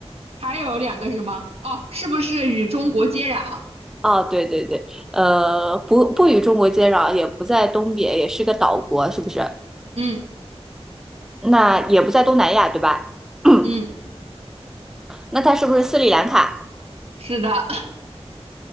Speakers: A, on the right (about 65°); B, in the centre.
A: 还有两个是什么？哦，是不是与中国接壤？
B: 啊！对对对，呃，不不与中国接壤，也不在东边，也是个岛国，是不是？
A: 嗯
B: 那也不在东南亚，对吧？<clears throat>
A: 嗯，
B: 那它是不是斯里兰卡？
A: 是的，<laughs>